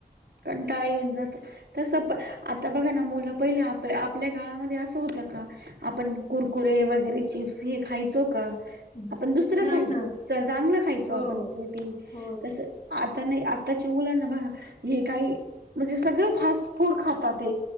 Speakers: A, on the right (about 80°); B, on the left (about 45°).
A: कंटाळ येऊन जातो. तसं प -आता बघा ना, मुलं पहिले आप- आपल्या काळामध्ये असं होतं का? आपण कुरकुरे वगैरे, चिप्स हे खायचो का?
B: हं.
A: आपण दुसरं
B: नाही
A: खायच
B: ना.
A: चांगलं खायचो,
B: हो,
A: आपण प्रोटीन
B: हो.
A: तसं. आता नाही. आत्ताच्या मुलांना बघा. हे काही म्हणजे, सगळं फास्ट फूड खातात ते.